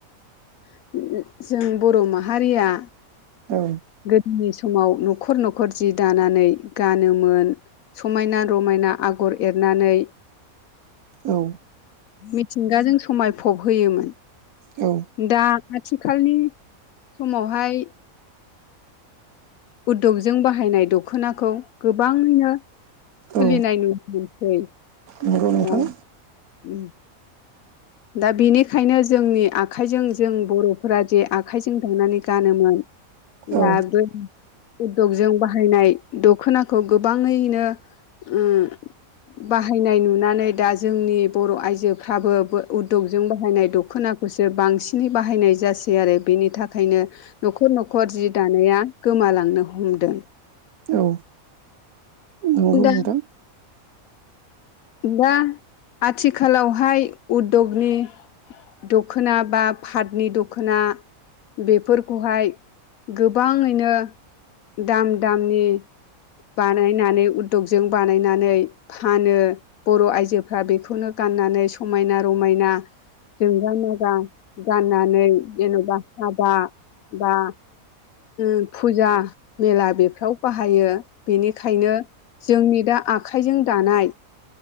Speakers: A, on the left; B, on the right.
A: <inaudible> जों बर' माहारिया
B: औ।
A: गोदोनि समाव न'खर न'खर जि दानानै गानोमोन। समायना रमायना आगर एरनानै
B: औ।
A: मिथिंगाजों समायफब होयोमोन।
B: औ।
A: दा आथिखालनि समावहाय उदगजों बाहायनाय दख दखनाखौ गोबाङैनो सोलिनाय
B: औ
A: नु मोनसै।
B: नंगौ नोंथां।
A: दा उम। दा बेनिखायनो जोंनि आखाइजों जों बर' फोरा जे आखाइजों दानानै गानोमोन दा
B: औ
A: <inaudible> उददगजों बाहायनाय दख'नाखौ गोबाङैनो उम बाहायनाय नुनानै दा जोंनि बर' आइजोफ्राबो उदगजों बाहायनाय दख'नाखौसो बांसिनै बाहायनाय जासै आरो बेनि थाखायनो। न'खर न'खर जि दानाया गोमालांनो हमदों।
B: औ। नंगौ
A: दा
B: नोंथां
A: <inaudible> दा आथिखालावहाय उद्दगनि दख'ना बा पाटनि दख'ना बेफोरखौहाय गोबाङैनो दाम दामनि बानायनानै उदगजों बानायनानै फानो बर' आइजोफ्रा बेखौनो गाननानै समायना रमायना जोंगा मागा गाननानै जेन'बा हाबा बा उम फुजा मेला बेफ्राव बाहायो बेनिखायनो जोंनि दा आखाइजों दानाय